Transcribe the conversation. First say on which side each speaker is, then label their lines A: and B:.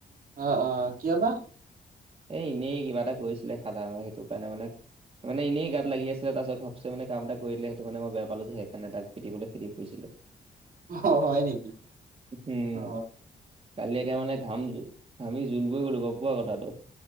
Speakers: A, on the right (about 65°); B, on the right (about 35°).
A: অ অ কিয় বা?
B: এ এনেই কিবা এটা কৰিছিলে সাধাৰণতে সেইটো কাৰণে মানে মানে এনেই গাত লাগি আছিলে তাৰপিছত ভাবচো মানে কাম এটা কৰি দিলে সেইটো মানে মই বেয়া পালোঁ যে সেইকাৰণ তাক পিটিবলে খেদি ফুৰিছিলোঁ।
A: অ' হয় নেকি।
B: উম,
A: অ
B: কালি একে মানে ঘাম জ ঘামি জুল বই গ'লো গ'ম পোৱা কথাটো।